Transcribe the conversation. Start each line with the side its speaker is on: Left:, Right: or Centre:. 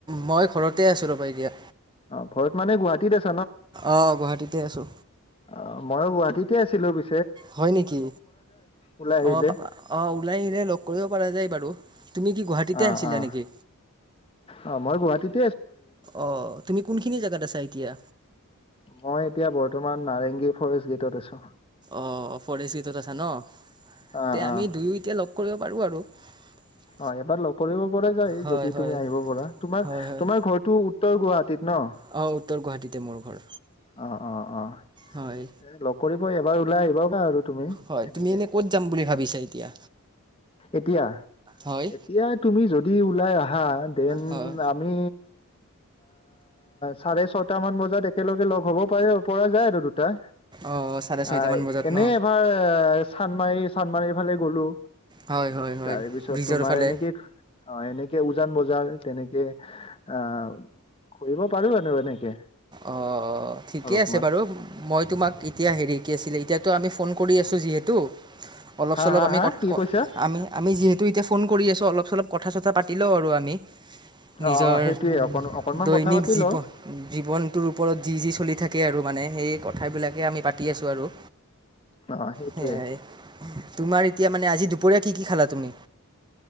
Right: মই ঘৰতে আছোঁ ৰ'বা এতিয়া
Left: অ ঘৰত মানে গুৱাহাটীত আ
Right: আহ গুৱাহাটীতে আছো।
Left: অ মইয়ে গুৱাহাটীতে আছিলো পি
Right: হয় নেকি?
Left: ওলাই আহিলে
Right: অহ অহ ওলাই আহিলে লগ কৰিব পৰা যায় বাৰু। তুমি কি গুৱাহাটীতে
Left: অঁ
Right: আছিলা
Left: অঁ।
Right: নেকি
Left: অঁ মই গুৱাহাটীত
Right: অঁ। তুমি কোনখিনি জাগাত আছা এতিয়া?
Left: মই এতিয়া বৰ্তমান নাৰেংগী ফৰেষ্ট গেটত আছো।
Right: অ ফৰেষ্ট গেটত আছা ন,
Left: অ
Right: তে আমি
Left: অ
Right: দুয়ো এতিয়া লগ কৰিব পাৰো আৰু। <inaudible>
Left: অঁ এবাৰ লগ কৰিব পৰা যায়,
Right: হয়
Left: যদি
Right: হয়
Left: তুমি আহিব পৰা। তোমাৰ
Right: হয় হয়
Left: তোমাৰ ঘৰটো উত্তৰ গুৱাহাটীত ন?
Right: অ উত্তৰ গুৱাহাটীতে। মোৰ ঘৰ
Left: অঁ অঁ অঁ।
Right: হয়
Left: এ লগকৰিব এবাৰ ওলাই আহিব বা আৰু তুমি
Right: হয়
Left: সেনেকে।
Right: তুমি এনে ক'ত যাম বুলি ভাবিছা এতিয়া
Left: এতিয়া?
Right: হয়
Left: এতিয়া তুমি যদি ওলাই আহা দেন
Right: হয়
Left: আমি চাৰে ছটা মান বজাত একেলগে লগ হব পাৰি পৰা যায় আৰু দু তাই,
Right: অঁ চাৰে ছয়টামান
Left: আহ
Right: বজাত
Left: এনে
Right: ন
Left: এবাৰ চান্দমাৰি চান্দমাৰি ফালে গ'লো।
Right: হয় হয় হয়।
Left: তাৰে পিছত
Right: ব্ৰিজৰ
Left: তোমাৰ
Right: ফালে
Left: এনেকে অ এনেকে উজান বজাৰ তেনেকে অ ঘুৰিব পাৰো আৰু। এনেকে
Right: অ ঠিকে
Left: অলপমান
Right: আছে বাৰু। মই তোমাক এতিয়া হেৰি কি আছিলে এতিয়াতো আমি ফোন কৰি আছোঁ যিহেতু। অলপ
Left: হা
Right: চলপ
Left: হা
Right: আমি
Left: হা
Right: ক
Left: কি কৈছা
Right: আমি আমি যিহেতু এতিয়া ফোন কৰি আছোঁ অলপ চলপ কথা চথা পাতি লওঁ আৰু আমি। নিজৰ
Left: অঁ অঁ সেইটোয়ে অকণ অকনমান
Right: দৈনিক
Left: কথা পাতি
Right: জীৱন
Left: লওঁ
Right: জীৱনটোৰ ওপৰত যি যি চলি থাকে আৰু মানে সেই কথা বিলাকে আমি পাতি আছো আৰু,
Left: অ সেইটোয়ে
Right: সয়াই। তোমাৰ এতিয়া মানে আজি দুপৰীয়া কি কি খালা তুমি?